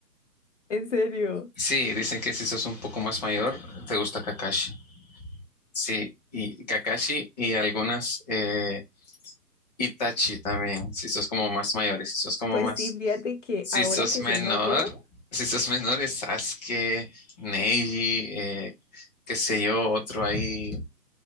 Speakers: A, on the left (about 45°); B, on the left (about 25°).
A: En serio.
B: Sí, dicen que si sos un poco más mayor, te gusta Kakashi. Sí, y Kakashi y algunas eh, Itachi también, si sos como más mayor y si sos como
A: Pues
B: más,
A: sí, fíjate que
B: si
A: ahora
B: sos
A: que
B: menor,
A: soy mayor,
B: si sos menor es Sasuke, Neji, eh, qué sé yo, otro ahí,